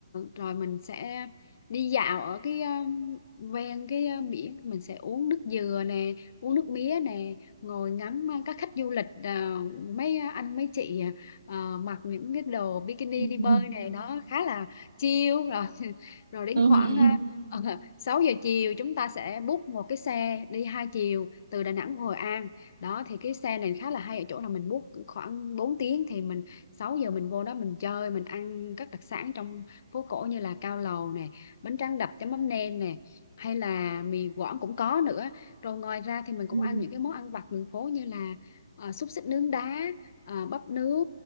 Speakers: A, on the left; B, on the right.
A: rồi mình sẽ đi dạo ở cái ờ, ven cái ờ, biển mình sẽ uống nước dừa nè uống nước mía nè ngồi ngắm ờ, các khách du lịch ờ, mấy anh mấy chị ờ, mặc những cái đồ bikini
B: <laughs>
A: đi bơi này đó khá là chill rồi <laughs> rồi đến
B: Ừ.
A: khoảng ờ, <laughs> 6 giờ chiều chúng ta sẽ book một cái xe đi hai chiều từ Đà Nẵng Hội An đó thì cái xe này khá là hay ở chỗ là mình book khoảng bốn tiếng thì mình 6 giờ mình vô đó mình chơi mình ăn các đặc sản trong phố cổ như là cao lầu nè bánh tráng đập chấm mắm nêm nè hay là mì Quảng cũng có nữa rồi ngoài ra thì mình cũng
B: Ừ.
A: ăn những cái món ăn vặt đường phố như là à, xúc xích nướng đá à, bắp nướng